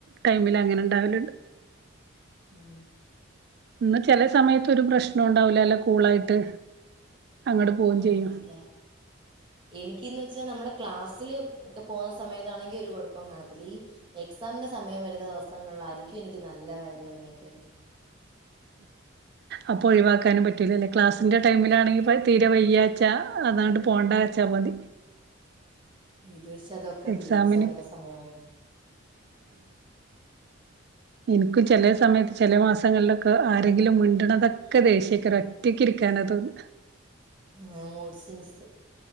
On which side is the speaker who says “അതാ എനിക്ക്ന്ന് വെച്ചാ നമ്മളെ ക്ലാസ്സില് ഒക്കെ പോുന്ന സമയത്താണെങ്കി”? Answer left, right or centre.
Right